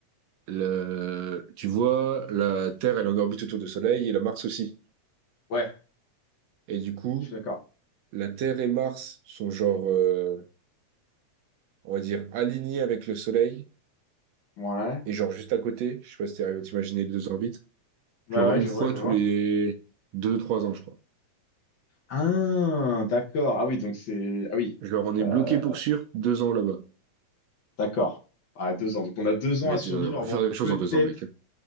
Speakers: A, on the right (about 80°); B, on the left (about 70°).
A: le- tu vois, la Terre, elle est en orbite autour du Soleil et la Mars aussi.
B: ouais,
A: Et du coup,
B: je suis d'accord.
A: la Terre et Mars sont genre, euh, on va dire, alignés avec le Soleil
B: Ouais,
A: et genre juste à côté. Je sais pas si t'es arrivé à t'imaginer les deux orbites.
B: ouais,
A: Genre
B: ouais,
A: une
B: je
A: fois
B: vois, je
A: tous
B: vois.
A: les deux, trois ans, je crois.
B: Ah, d'accord. Ah oui, donc c'est... Ah oui,
A: Genre on est
B: euh,
A: bloqué pour sûr deux ans là-bas.
B: d'accord. Ah, deux ans. Donc on a deux
A: Mais
B: ans à survivre
A: tu- on peut
B: avant
A: faire des choses
B: peut-être...
A: en deux ans, mec.